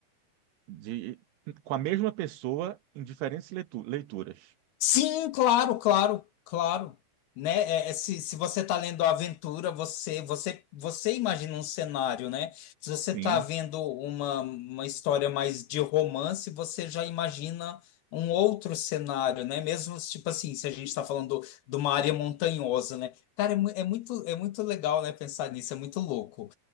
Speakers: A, on the right; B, on the left.
A: de com a mesma pessoa em diferentes leitu- leituras.
B: Sim, claro, claro, claro. Né? É, é, se, se você está lendo a aventura, você, você, você imagina um cenário, né? Se você
A: Sim,
B: está vendo uma, uma história mais de romance, você já imagina um outro cenário, né? Mesmo, tipo assim, se a gente está falando de uma área montanhosa, né? Cara, é, mu- é muito, é muito legal, né, pensar nisso, é muito louco.